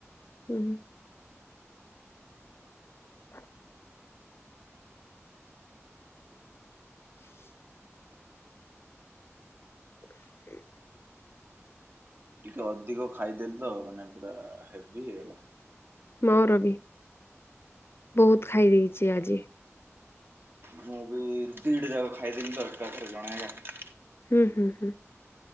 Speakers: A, on the left; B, on the right.
A: ହୁଁ। <inaudible> <inaudible> <unintelligible>
B: ଟିକେ ଅଧିକ ଖାଇଦେଲି ତ ମାନେ ପୁରା ହେଭି ହେଇଗଲା।
A: ମୋର ବି ବହୁତ ଖାଇ ଦେଇଛି ଆଜି।
B: ମୁଁ ବି ଦିଟା ଯାକ ଖାଇଦେଲି ତ ଏକା ଏକାରେ ଜଣେ ଏକା।
A: ହୁଁ ହୁଁ ହୁଁ।